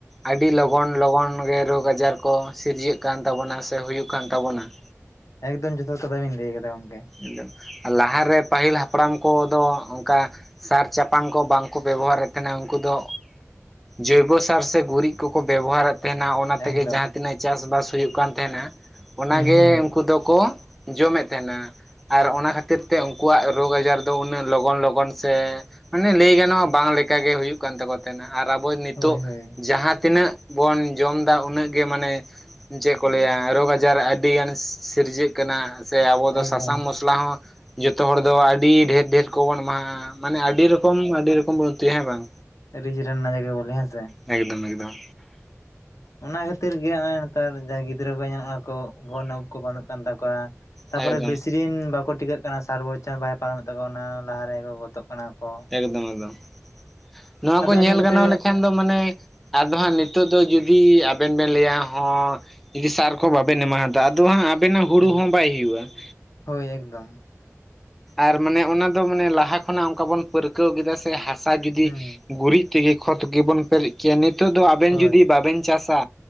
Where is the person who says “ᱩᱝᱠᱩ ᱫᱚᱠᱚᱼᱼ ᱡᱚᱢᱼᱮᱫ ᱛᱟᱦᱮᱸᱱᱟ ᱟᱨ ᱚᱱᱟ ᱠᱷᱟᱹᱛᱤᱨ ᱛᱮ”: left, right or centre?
Centre